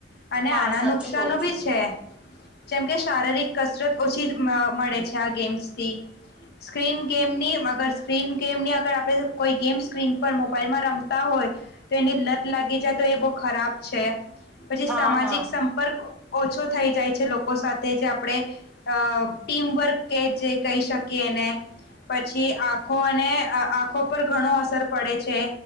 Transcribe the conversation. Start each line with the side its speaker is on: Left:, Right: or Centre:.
Left: અને
Centre: હા
Left: આના
Centre: સાચું
Left: નુકશાનો
Centre: કહો
Left: ભી
Centre: છો.
Left: છે. જેમ કે શારીરિક કસરત ઓછી મ-મળે છે આ ગેમ્સથી. સ્ક્રીન ગેમની અગર સ્ક્રીન ગેમની અગર આપડે કોઈ ગેમ સ્ક્રીન પર મોબાઈલમાં રમતા હોય તો એની લત લાગી જાય તો એ બો ખરાબ છે. પછી
Centre: હા
Left: સામાજિક
Centre: હા
Left: સંપર્ક ઓછો થઈ જાય છે લોકો સાથે જે આપણે અઅ ટીમ વર્ક કે જે કહી શકીએ એને પછી આ આખો અને આંખો પર ઘણો અસર પડે છે